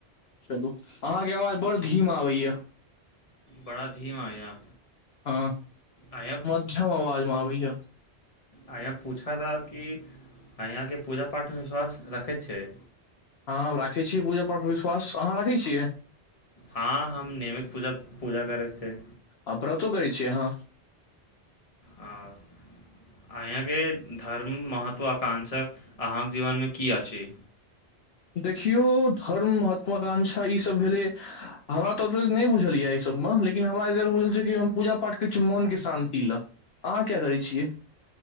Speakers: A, on the left (about 70°); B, on the left (about 35°).
A: चलू अहाँके आवाज बड़ धीमा आबै या
B: बड़ा धीमा या
A: हँ
B: अहाँ
A: मध्यम अवाजमे आबै या
B: आंय पूछऽ त कि अंयाके पूजा पाठमे विश्वास राखै छै
A: हँ राखै छियै पूजा पाठ विश्वास अहाँ राखै छियै
B: हँ हम नियमित पूजा पूजा करै छियै
A: आ व्रतो करै छियै अहाँ
B: हँ अहाँके धर्म महत्व आकांक्षा अहाँके जीवनमे किया छै
A: देखियौ धर्म महात्वाकांक्षा ईसभ भेलै हमरा तऽ एते नहि बुझल या एहिसभमे लेकिन हमरा एते बुझल छै कि हम पूजा पाठ करैत छी मोनके शांति ला अहाँ किया करै छियै